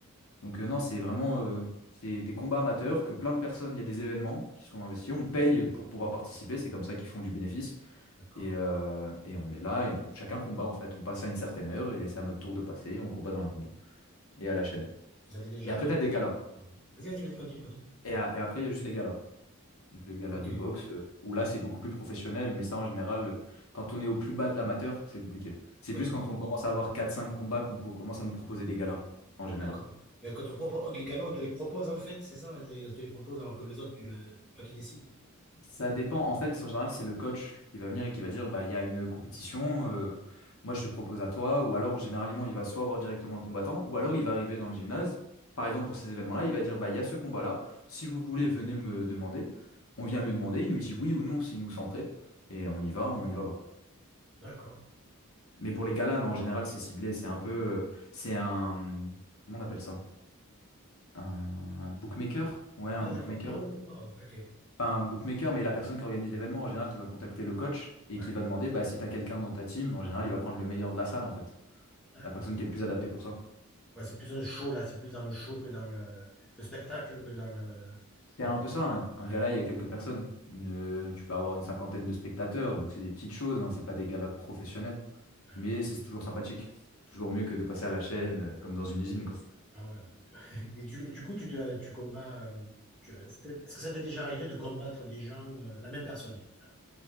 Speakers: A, on the left; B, in the centre.
A: Donc euh, non, c'est vraiment euh, c'est des combats amateurs que plein de personnes, il y a des événements qui sont investis, on paye pour pouvoir participer, c'est comme ça qu'ils font du bénéfice.
B: D'accord.
A: Et, euh, et on est là et on- chacun combat en fait. On passe à une certaine heure et c'est à notre tour de passer, on combat dans le ring et à la chaîne.
B: Et ça t'est déjà
A: Et après,
B: arrivé?
A: t'as des galas.
B: Non. Vas-y, vas-y, vas-y, continue, continue.
A: Et, à- et après, il y a juste les galas. Donc les galas
B: Ok.
A: de boxe, euh, où là c'est beaucoup plus professionnel, mais ça en général, euh, quand on est au plus bas de l'amateur, c'est compliqué. C'est
B: Ouais,
A: plus quand on commence à avoir quatre cinq combats qu'on peut- commence à nous proposer des galas, en général.
B: d'accord. Et Quand on propose, les galons, on te les propose en fait, c'est ça? On te les propose alors que les autres, tu le- c'est toi qui décides.
A: Ça dépend. En fait, en général, c'est le coach qui va venir et qui va dire, bah, il y a une compétition, euh, moi je te propose à toi. Ou alors, généralement, il va soit voir directement le combattant, ou alors il va arriver dans le gymnase. Par exemple, pour ces événements-là, il va dire, bah, il y a ce combat-là. Si vous voulez, venez me demander. On vient lui demander, il nous dit oui ou non s'il nous sent prêt. Et on y va ou on n'y va pas.
B: D'accord.
A: Mais pour les galas, non, en général, c'est ciblé. C'est un peu. euh, C'est un. Comment on appelle ça? Un, un bookmaker? Ouais, un
B: Ah, d'accord.
A: bookmaker.
B: Oh, wow, ok.
A: pas un bookmaker, mais la personne qui organise l'événement en général qui va contacter le coach et
B: Ouais,
A: qui va demander bah, si tu as quelqu'un dans ta team, en général, il va prendre le meilleur de la salle en fait.
B: d'accord.
A: La personne qui est le plus adaptée pour ça.
B: Ouais, c'est plus un show, là. C'est plus dans le show que dans le, le spectacle, que dans le...
A: C'est
B: le-
A: un peu ça, hein. un
B: ouais,
A: gala, il y a quelques personnes. Une, euh, tu peux avoir une cinquantaine de spectateurs, donc c'est des petites choses, hein, c'est pas des galas de professionnels.
B: ouais.
A: Mais c'est toujours sympathique. Toujours mieux que de passer à la chaîne euh, comme dans une usine, quoi.
B: Ah ouais. <laughs> Et du, du coup, tu, te- tu combats... euh, tu- Est-ce que est-ce que ça t'est déjà arrivé de combattre des gens, euh, la même personne, je préfère,